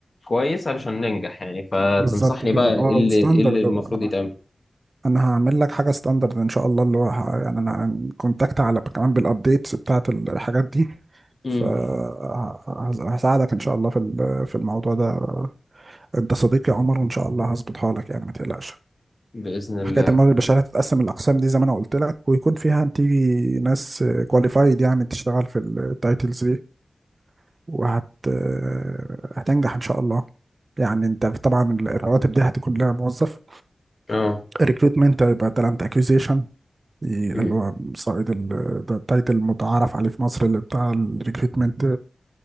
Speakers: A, on the left; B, on the right.
A: كويس علشان ننجح يعني فتنصحني
B: بالظبط كده
A: بقى
B: اه
A: ايه اللي
B: وستاندرد
A: ايه اللي المفروض
B: بقى.
A: يتعمل
B: انا هعمل لك حاجه ستاندرد ان شاء الله اللي هو ه- يعني انا كونتاكت على كمان بالابديتس بتاعت الحاجات دي
A: امم
B: فهساعدك ان شاء الله في ال- في الموضوع ده انت صديقي يا عمر وان شاء الله هظبطها لك يعني ما تقلقش
A: باذن الله
B: حكايه الموارد البشريه هتتقسم الاقسام دي زي ما انا قلت لك ويكون فيها هتيجي ناس كواليفايد يعني تشتغل في التايتلز دي وهت آه، هتنجح ان شاء الله يعني انت طبعا الرواتب دي هتكون لها موظف
A: اه
B: الريكروتمنت هيبقى تالنت اكوزيشن اللي
A: امم
B: هو صائد ال- ده التايتل المتعارف عليه في مصر اللي بتاع الريكروتمنت